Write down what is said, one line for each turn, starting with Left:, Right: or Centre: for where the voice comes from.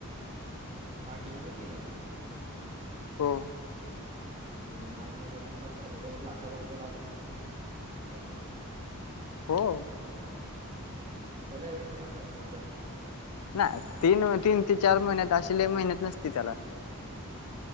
Right: दहा किलोचे तीन हजार
Left: हो.
Right: म्हणजे नाय नाय करून पकड तेच पण लाखापर्यंत जात असेल प्रॉफिट.
Left: हो.
Right: मग त्याला एवढी मेहनत नसेल ना पण
Left: नाही तीन तीन ते चार महिन्यात अशी लई मेहनत नसते त्याला